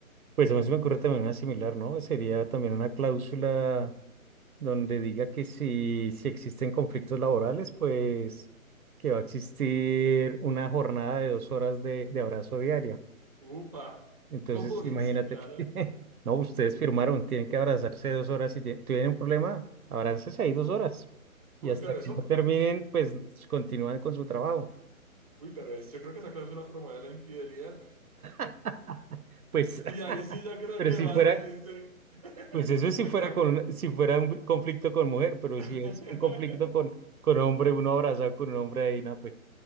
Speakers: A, on the right; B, on the right.
A: Pues a mí se me ocurre también una similar, ¿no? Sería también una cláusula donde diga que si, si existen conflictos laborales, pues que va a existir una jornada de dos horas de, de abrazo diaria.
B: Upa,
A: Entonces,
B: <laughs> uy,
A: imagínate
B: sí, claro.
A: que, <laughs> no, ustedes firmaron, tienen que abrazarse dos horas si tie- tienen un problema, abrácense ahí dos horas. Y
B: Uy,
A: hasta
B: pero
A: que
B: eso,
A: no terminen,
B: <laughs>
A: pues continúan con su trabajo.
B: uy, pero es, yo creo que esa cláusula promueve la infidelidad.
A: <laughs> Pues,
B: Y ahí sí, yo creo
A: pero
B: que
A: si
B: más
A: fuera,
B: le dice, <laughs>
A: pues eso es
B: se
A: si fuera
B: crea.
A: con, si fuera un conflicto con mujer, pero
B: <laughs>
A: si es un conflicto con, con hombre, uno abrazado con un hombre ahí, no, pues.